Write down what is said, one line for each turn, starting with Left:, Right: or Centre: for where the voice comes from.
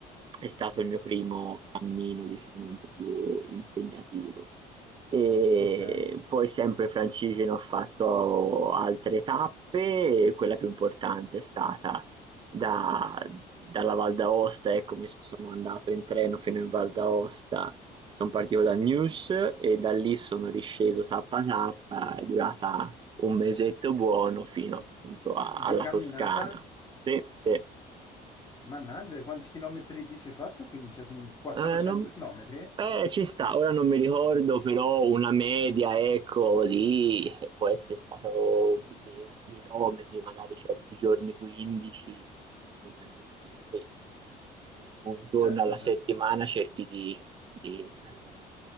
Right: È stato il mio primo cammino, diciamo, un po' più impegnativo. E
Left: Ok.
Right: poi sempre francigeno ho fatto altre tappe, e quella più importante è stata da- dalla Val d'Aosta, ecco, mi s- sono andato in treno fino in Val d'Aosta, sono partito da News e da lì sono risceso tappa tappa, è durata un mesetto buono fino appunto a- alla
Left: Di camminata?
Right: Toscana. Sì, sì.
Left: Mannaggia, e quanti chilometri ti sei fatto? Quindi cioè, sono 400
Right: Eh, non
Left: chilometri?
Right: eh, ci sta, ora non mi ricordo, però una media, ecco, di eh, può essere stato 20 chilometri, magari certi giorni 15, perché ovviamente magari eh, un giorno
Left: Certo,
Right: alla
Left: certo.
Right: settimana cerchi di, di almeno